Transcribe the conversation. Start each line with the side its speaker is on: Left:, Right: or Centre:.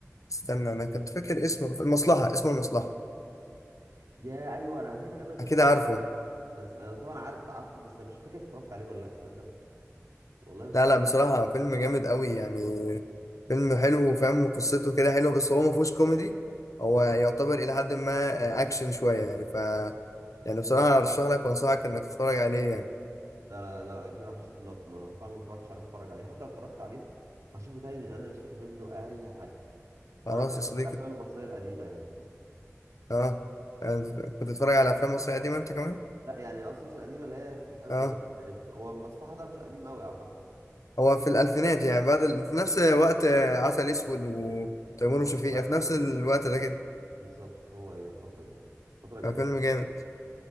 Left: استنى أنا كنت فاكر اسمه في المصلحة اسمه المصلحة
Right: يا ايوه انا فاكر ان انا
Left: أكيد
Right: شفت
Left: عارفه
Right: انا س- أنا طبعا عارف عارفه بس أنا مش فاكر اتفرجت عليه ولا لا تصدق والله مش
Left: لا
Right: فاكر
Left: لا بصراحة فيلم جامد قوي يعني فيلم حلو وفاهم قصته كده حلوة بس هو ما فيهوش كوميدي هو
Right: اه
Left: يعتبر إلى حد ما آه، أكشن شوية يعني ف يعني بصراحة أرشح لك وأنصحك إنك تتفرج عليه يعني
Right: لا لا, لا كده هشوف لو ما فعلا ما اتفرجتش عليه هتفرج عليه حتى لو اتفرجت عليه هشوفه تاني لان انا مش فاكر منه اي حاجة
Left: خلاص
Right: وانا بحب
Left: يا صديقي
Right: الافلام المصرية القديمة يعني
Left: أه أنت كنت بتتفرج على أفلام مصرية قديمة أنت كمان؟
Right: لا يعني قصدي مش القديمة اللي هي في الحقبة
Left: أه
Right: دي يعني مش- هو المصلحة ده مش قديم قوي اعتقد
Left: هو في الألفينات يعني بعد ال... في نفس وقت آه، عسل أسود وتيمور
Right: اه
Left: وشفيقة
Right: ايوه
Left: في نفس
Right: أيوة،
Left: الوقت ده كده
Right: بالظبط هو ايوه الفترة دي فترة جميلة
Left: ففيلم
Right: جدا
Left: جامد